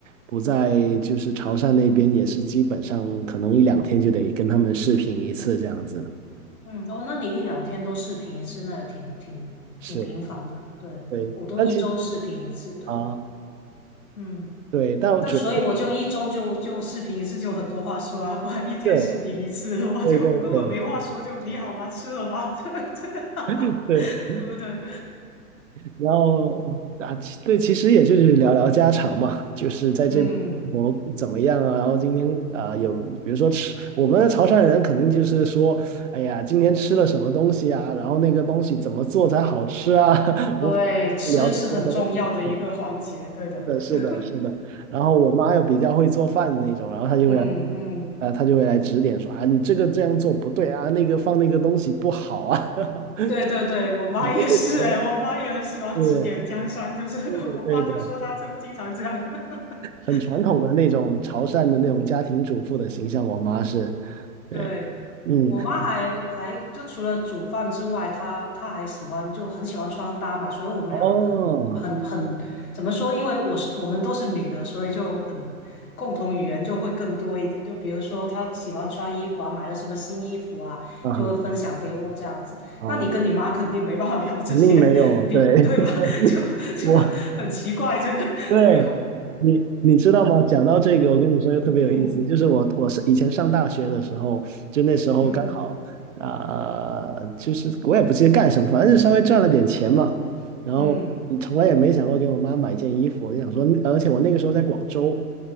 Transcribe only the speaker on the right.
不在就是潮汕那边，也是基本上可能一两天就得跟他们视频一次这样子。
是，
对，
但其实
啊，
对，但我主要
是，
对对对
<laughs> 对。
然后嗯啊，其对，其实也就是聊聊家常嘛，就是在这边生活怎么样啊？
然后今天啊、有比如说吃，我们潮汕人肯定就是说，哎呀，今天吃了什么东西啊？然后那个东西怎么做才好吃啊？<laughs>
我
聊这些东西，对吧
是的，是的，
是的。然后我妈又比较会做饭的那种，然后她就会来，
啊、她就会来指点说啊，你这个这样做不对啊，那个放那个东西不好啊，<laughs>
很多这种东
西是
对的，
对的。
很传统的那种潮汕的那种家庭主妇的形象，我妈是，对，
嗯，
哦，
啊哈
啊，
肯定没有，
对，<laughs>
我，
对，你你知道吗？讲到这个，我跟你说又特别有意思，
就是我我是以前上大学的时候，就那时候刚好啊、
就是我也不记得干什么，反正就稍微赚了点钱嘛，然后你从来也没想过给我妈买件衣服，
我就想说，而且我那个时候在广州，